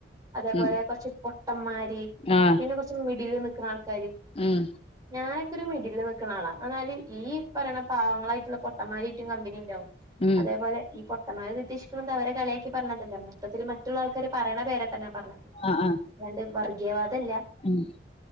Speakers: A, on the right; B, on the left.
A: അതേപോലെ
B: ഉം
A: കൊറച്ച് മുട്ടന്മാര്
B: ആഹ്
A: പിന്നെ കൊറച്ചു മിഡിലിൽ നിക്കുന്ന ആൾക്കര്
B: ഉം
A: ഞാൻ ഒരു മിഡിലിൽ നിൽക്കുന്ന ആള എന്നാല് ഈ പറയണ പാവങ്ങളായിട്ടുള്ള പൊട്ടന്മാരായിട്ടും കമ്പനി ഉണ്ടാവും
B: ഉം
A: അതേപോലെ ഈ പൊട്ടമാ ഉദ്ദേശിക്കുന്നത് അവരെ കളി യാക്കി പറഞ്ഞതല്ലമ്മോ മൊത്തത്തിൽ മറ്റുള്ള ആൾക്കാര് പറയണ പേരട്ടാണ് ഞാൻ പറഞ്ഞത്
B: ആഹ് ആഹ്
A: അതാണ്ട് വർഗീയവാദം അല്ല
B: ഉം